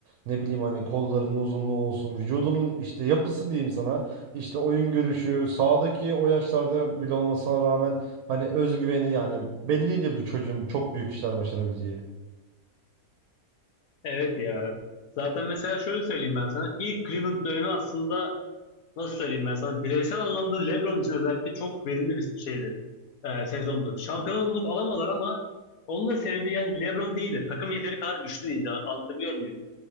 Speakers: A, on the right; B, on the left.
A: ne bileyim hani kollarının uzunluğu olsun vücudunun işte yapısı diyeyim sana işte oyun görüşü sağdaki o yaşlarda bile olmasına rağmen hani özgüveni yani belliydi bu çocuğun çok büyük işler başarabileceği.
B: Evet ya. Zaten mesela şöyle söyleyeyim ben sana. İlk Cleveland dönemi aslında nasıl söyleyeyim ben sana? Bireysel anlamda LeBron için özellikle çok verimli bir şeydi. e, sezondu. Şampiyonluk alamadılar ama onun da sebebi yani LeBron değildi. Takım yeteri kadar güçlü değildi. Anlatabiliyor muyum?